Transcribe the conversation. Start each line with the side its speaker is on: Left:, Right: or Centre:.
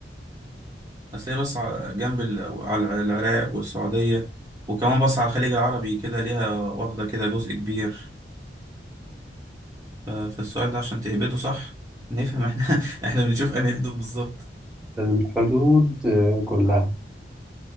Right: بس هي بس ع- جنب ال- على العراق والسعوديه وكمان بص على الخليج العربي كده ليها واخده كده جزء كبير ف- فالسؤال ده عشان تهبده صح نفهم احنا <laughs> احنا بنشوف انهي حدود بالظبط
Centre: الحدود آه، كلها